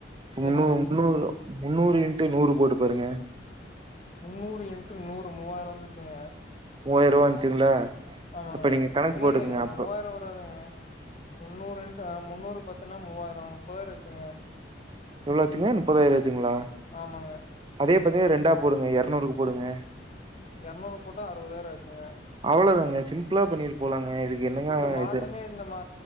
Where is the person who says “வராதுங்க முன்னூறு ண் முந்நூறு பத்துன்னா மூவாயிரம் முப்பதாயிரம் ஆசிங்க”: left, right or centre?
Left